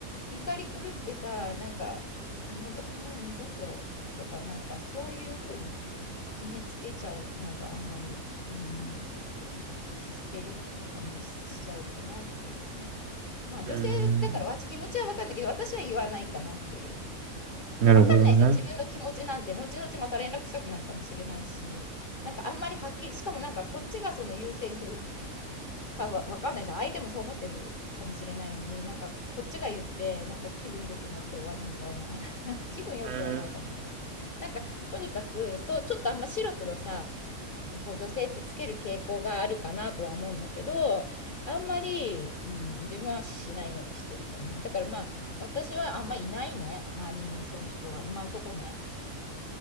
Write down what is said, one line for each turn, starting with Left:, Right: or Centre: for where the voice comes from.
Left: 怒り狂ってさ、なんか、もうど、もう二度ととか、なんかそういうふうに決めつけちゃうのがあんまり、うん、ちょっとヒステリックな感じしちゃうかなっていうね。まあ女性だからわ気持ちはわかんないけど、
Right: うーん。
Left: 私は言わないかなっていう。で、
Right: なるほどね。
Left: わかんないじゃん。自分の気持ちなんて、後々また連絡したくなるかもしれないし、なんかあんまりはっきり、しかもなんかこっちがその言うセリフかはわかんないじゃん。相手もそう思ってるかもしれないのに、なんかこっちが言って、なんか気分良くなって終わりみたいな。<laughs> なんか気分良くはないかも。
Right: うーん。
Left: なんかとにかく、そう、ちょっとあんま白黒さ、こう女性ってつける傾向があるかなとは思うんだけど、あんまり、うん、自分はしないようにしてるかな。だからまあ、私はあんまいないね。周りにそういう人は。今んとこね。